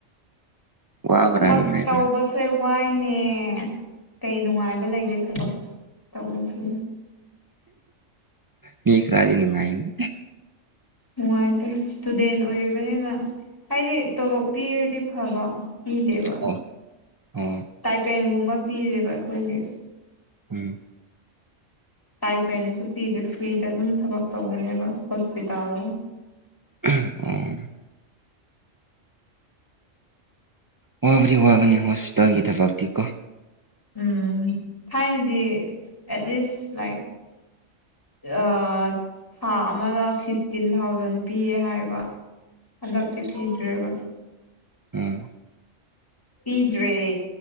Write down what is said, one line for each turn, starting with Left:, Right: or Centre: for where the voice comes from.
Right: ꯋꯥꯕ꯭ꯔꯥ
Left: ꯊꯕꯛ
Right: ꯅꯨꯡꯉꯥꯏꯕ꯭ꯔꯥ
Left: ꯇꯧꯕ ꯁꯦ ꯋꯥꯏꯅꯦ ꯀꯩ ꯅꯨꯡꯉꯥꯏꯕ ꯂꯩꯒꯦ ꯊꯕꯛ ꯇꯧꯕꯁꯤꯕꯨ
Right: ꯃꯤ ꯈꯔꯥꯗꯤ ꯅꯨꯉꯥꯏꯅꯤ
Left: ꯅꯨꯡꯉꯥꯏꯇꯦ ꯏꯁꯇꯨꯗꯦꯟ ꯑꯣꯏꯔꯤꯕꯅꯤꯅ ꯍꯥꯏꯗꯤ ꯇꯣꯂꯣꯞ ꯄꯤꯔꯗꯤ ꯐꯕ ꯄꯤꯗꯦꯕ
Right: ꯑꯣ ꯑꯣ
Left: ꯇꯥꯏꯄꯦꯟꯒꯨꯝꯕ ꯄꯤꯔꯦꯕ ꯑꯈꯣꯏꯒꯤ
Right: ꯎꯝ
Left: ꯇꯥꯏ ꯄꯦꯟꯁꯨ ꯄꯤꯗꯦ ꯐ꯭ꯔꯤꯗ ꯑꯗꯨꯝ ꯊꯕꯛ ꯇꯧꯕꯅꯦꯕ ꯍꯣꯁꯄꯤꯇꯥꯜ
Right: <unintelligible> ꯋꯥꯕꯗꯤ ꯋꯥꯕꯒꯤ ꯍꯣꯁꯄꯤꯇꯥꯜꯒꯤ ꯊꯕꯛꯇꯤꯀꯣ
Left: ꯎꯝ ꯊꯥꯏꯅꯗꯤ ꯑꯦꯠꯂꯤꯁ ꯂꯥꯏꯛ ꯑꯥ ꯊꯥ ꯑꯃꯗ ꯐꯤꯐꯇꯤꯟ ꯊꯥꯎꯖꯟ ꯄꯤꯌꯦ ꯍꯥꯏꯕ ꯍꯟꯗꯛꯇꯤ ꯄꯤꯗ꯭ꯔꯦꯕ
Right: ꯑꯥ
Left: ꯄꯤꯗ꯭ꯔꯦ